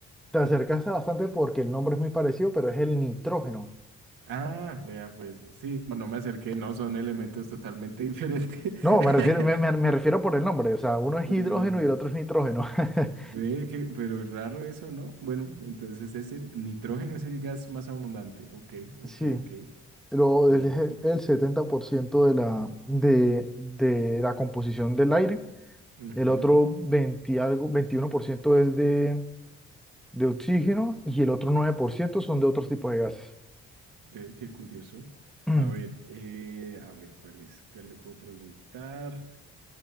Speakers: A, in the centre; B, on the right (about 75°).
A: te acercaste bastante porque el nombre es muy parecido, pero es el nitrógeno.
B: Ah, vea, pues sí, no, no me acerqué, no, son elementos totalmente diferentes
A: No,
B: <laughs>
A: me refiero, me, me- me refiero por el nombre. O sea, uno es
B: por
A: hidrógeno
B: el nombre.
A: y el otro es nitrógeno. <laughs>
B: Ve que, pero es raro eso, ¿no? Bueno, entonces es el nitrógeno, es el gas más abundante. Ok, ok,
A: Sí,
B: ok.
A: lo,
B: Listo.
A: el, el 70% de la, de, de la composición del aire
B: Ujú.
A: El otro 20 algo, 21% es de, de oxígeno y el otro 9% son de otros tipos de gases.
B: Ve, qué curioso.
A: <clears throat>
B: A ver, eh, a ver, ¿cuál es? ¿Cuál le puedo preguntar?